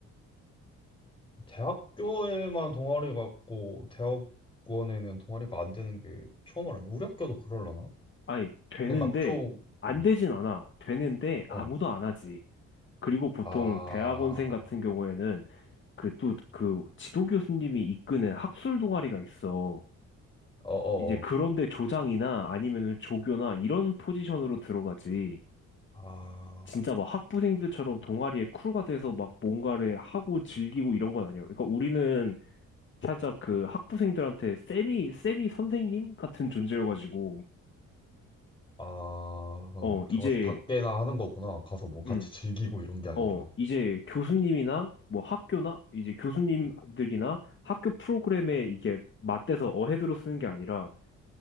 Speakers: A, on the left; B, on the left.
A: 대학교에만 동아리 같고, 대학원에는 동아리가 안 되는 게 처음 알았네. 우리 학교도 그럴라나?
B: 아니 되는데
A: 그러니까 좀,
B: 안
A: 음.
B: 되진 않아 되는데
A: 어,
B: 아무도 안 하지 그리고 보통
A: 아,
B: 대학원생 같은 경우에는 그 또 그 지도 교수님이 이끄는 학술 동아리가 있어
A: 어어어.
B: 이제 그런데 조장이나 아니면 조교나 이런 포지션으로 들어가지.
A: 아,
B: 진짜 막 학부생들처럼 동아리에 쿨가 돼서 막 뭔가를 하고 즐기고 이런 건 아니야. 그러니까 우리는 살짝 그 학부생들한테 세미, 세미 선생님 같은 존재여가지고,
A: 아, 그럼
B: 어, 이제,
A: 들어가서 닭게나 하는 거구나. 가서 뭐 같이
B: 음,
A: 즐기고 이런 게 아니라.
B: 어, 이제 교수님이나 뭐 학교나 이제 교수님들이나 학교 프로그램에 이게 맞대서 어헤드로 쓰는 게 아니라